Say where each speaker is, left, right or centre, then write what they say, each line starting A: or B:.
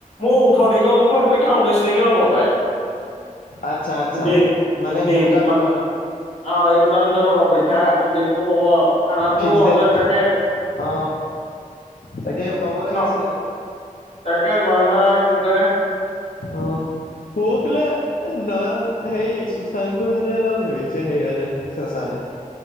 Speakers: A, on the left; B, on the left.
A: মোৰ ওঠৰ তাৰিখেও হ'ব পাৰে পৰীক্ষা ঊনৈশ তাৰিখেও হ'ব পাৰে।
B: আচ্ছা আচ্ছা
A: ডেট
B: মানে
A: ডেট
B: সেই দুটাৰ
A: মানে
B: ভিত
A: অ', এই দুটাৰ ভিতৰত হ'ব পৰীক্ষা ডেটটো কব খানাটো
B: ফিক্স
A: অজয়ক
B: ডেট
A: তাকে
B: অ, তাকে ক'ব লাগিছিলে।
A: ন তাকে <unintelligible>
B: অ', পুৰখিলে নয়ন হেৰি সুসংগুহঁতে লগ ধৰিছে হেৰিয়লে চেচালে লে।